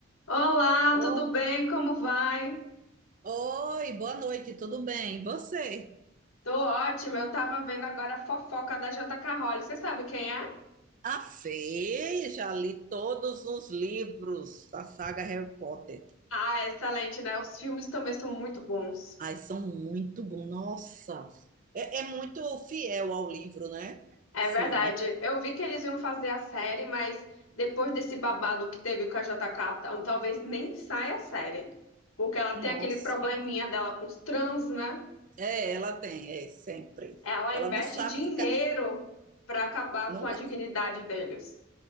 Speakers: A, on the left; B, on the right.
A: Olá,
B: Oh,
A: tudo bem? Como vai?
B: oi, boa noite, tudo bem? E Você?
A: Tô ótima. Eu tava vendo agora a fofoca da J.K. Rowling. Você sabe quem é?
B: A Fê, já li todos os livros da saga Harry Potter.
A: Ah, excelente, né? Os filmes também são muito bons.
B: Ai, são muito bons. Nossa, é, é muito fiel ao livro, né?
A: É
B: O filme.
A: verdade. Eu vi que eles iam fazer a série, mas depois desse babado que teve com a J.K., tal- talvez nem saia a série. Porque ela
B: Nossa.
A: tem aquele probleminha dela com os trans, né?
B: É, ela tem, é sempre.
A: Ela
B: Ela
A: investe
B: não sabe
A: dinheiro
B: ficar.
A: pra acabar
B: Não
A: com a dignidade
B: é.
A: deles.